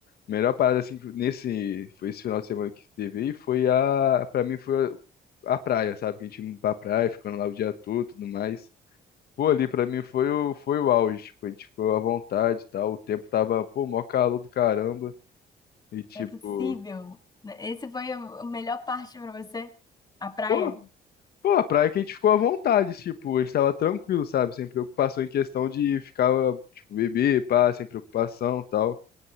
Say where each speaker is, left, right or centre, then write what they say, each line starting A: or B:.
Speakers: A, on the left; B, on the left.
A: melhor parada, assim, que nesse, foi esse final de semana que teve aí, foi a, pra mim, foi a, a praia, sabe? Que a gente indo pra praia, ficando lá o dia todo e tudo mais. Pô, ali pra mim foi o, foi o auge, tipo, a gente ficou à vontade e tal, o tempo tava, pô, mó calor do caramba, e tipo,
B: é possível. Esse foi a a melhor parte pra você? A praia?
A: pô, pô, a praia que a gente ficou à vontade, tipo, a gente tava tranquilo, sabe, sem preocupação em questão de ficar, tipo, beber, pá, sem preocupação e tal.